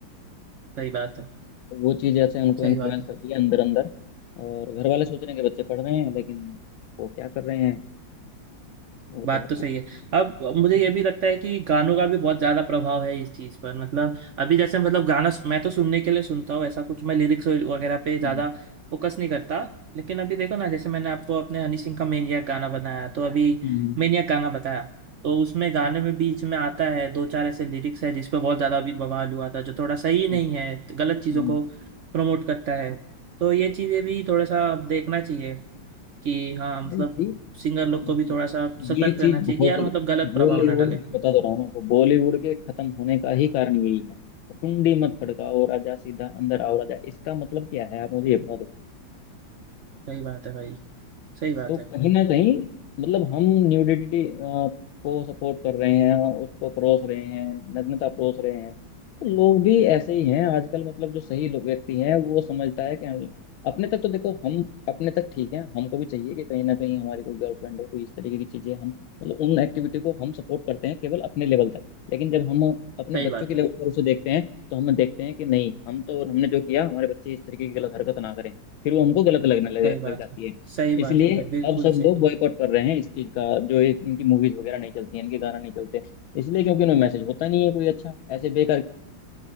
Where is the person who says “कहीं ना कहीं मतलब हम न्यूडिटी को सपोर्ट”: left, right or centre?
Left